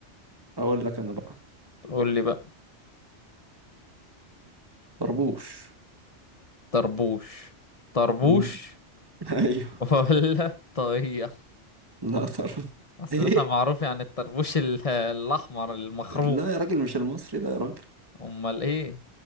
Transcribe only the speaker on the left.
قول لي بقى
طربوش طربوش
<laughs> ولا طاقية
اصل
احنا معروف يعني الطربوش ال- الاحمر المخروم
امال ايه